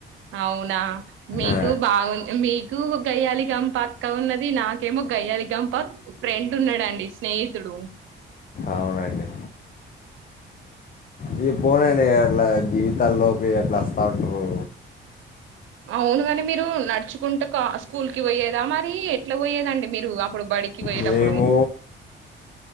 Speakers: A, on the right; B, on the left.
A: అవునా మీకు
B: ఆ,
A: బాగు మీకు గయ్యాలి గంప అక్క ఉన్నది నాకేమో గయ్యాలి గంప ఫ్రెండ్ ఉన్నాడండి స్నేహ స్నేహితుడు
B: అవునండి ఇక పోనండి అట్లా జీవితాల్లోకి ఎట్లా వస్తా ఉంటారు
A: అవునుగాని మీరు నడుచుకుంట స్కూల్ కి పోయేదా మరి ఎట్లా పోయేదండి మీరు అప్పుడు బడి కి పోయిటఅప్పుడు
B: మేము